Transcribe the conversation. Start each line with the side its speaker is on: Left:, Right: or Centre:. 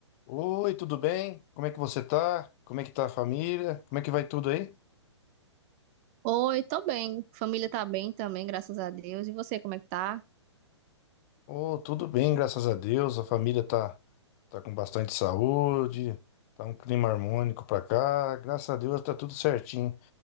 Left: Oi, tudo bem? Como é que você tá? Como é que tá a família? Como é que vai tudo aí?
Right: Oi, tô bem. Família tá bem também, graças a Deus. E você, como é que tá?
Left: Oh, tudo bem, graças a Deus. A família tá, tá com bastante saúde, tá um clima harmônico pra cá. Graças a Deus tá tudo certinho.